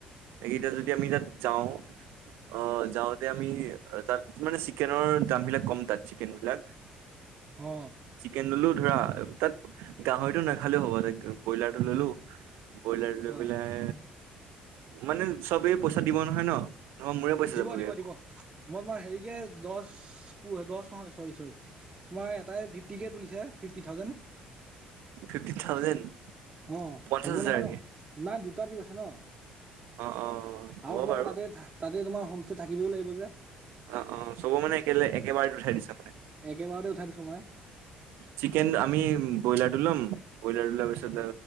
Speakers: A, on the right; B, on the right.
A: এইকেতিয়া যদি আমি তাত যাওঁ অ', যাওঁতে আমি তাত মানে চিকেনৰ দামবিলাক কম তাত, চিকেনবিলাক,
B: অ
A: চিকেন ললো ধৰা তাত, গাহৰিটো নাখালেও হ'ব, ব্ৰইলাৰটো ললো। ব্ৰইলাৰ লৈ
B: অ
A: পেলাই, মানে চবেই পইচা দিব নহয় ন? নহবা মোৰে পইচা
B: দিব
A: যাবগে
B: দিব দিব, মই তোমাক হেৰিকে দহ <unintelligible> দহ নহয় দে, চৰি চৰি। তোমাৰ এটাই ফিফটিকে তুলিছে, ফিফটি থাউজেণ্ড।
A: ফিফটি থাউজেণ্ড
B: অ',
A: পঞ্চাশ
B: হ'ব
A: হাজাৰকে
B: নহয় ন? নাই দুটা টীম আছে ন।
A: অ অ হ'ব
B: আৰু তোমাৰ
A: বাৰু
B: তাতে তাতে তোমাৰ হোমষ্টে থাকিবও লাগিব যে।
A: অ' অ' চ'ব মানে একলে একেবাৰে উঠাই দিছা মানে
B: একেবাৰতে উঠাই দিছো মই
A: চিকেন আমি ব্ৰইলাৰ টো লম ব্ৰইলাৰ টো লোৱাৰ পিছত